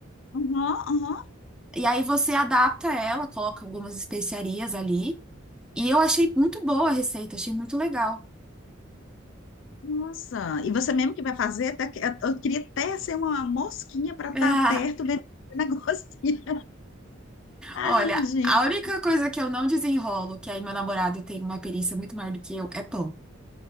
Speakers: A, on the left; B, in the centre.
A: Aham, aham.
B: E aí você adapta ela, coloca algumas especiarias ali. E eu achei muito boa a receita, achei muito legal.
A: Nossa, e você mesmo que vai fazer, tá- eu queria até ser uma mosquinha para
B: <laughs>
A: estar perto vendo esse <laughs> negocinho. Ai,
B: Ah, olha,
A: gente.
B: a única coisa que eu não desenrolo, que aí meu namorado tem uma perícia muito maior do que eu, é pão.